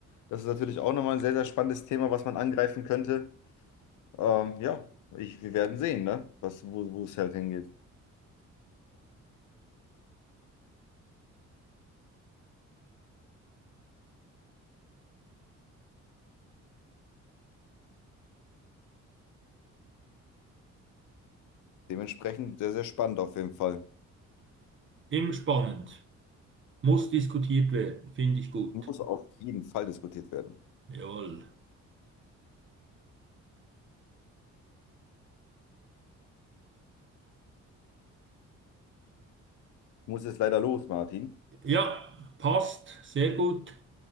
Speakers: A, on the left (about 85°); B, on the right (about 40°).
A: Das ist natürlich auch nochmal ein sehr, sehr spannendes Thema, was man angreifen könnte. Ähm, ja, ich, wir werden sehen, ne? Was, wo, wo es halt hingeht. Dementsprechend sehr, sehr spannend auf jeden Fall.
B: Immer spannend. Muss diskutiert werden, finde ich gut.
A: Muss auf jeden Fall diskutiert werden.
B: Jawohl.
A: Ich muss jetzt leider los, Martin.
B: Ja, passt. Sehr gut.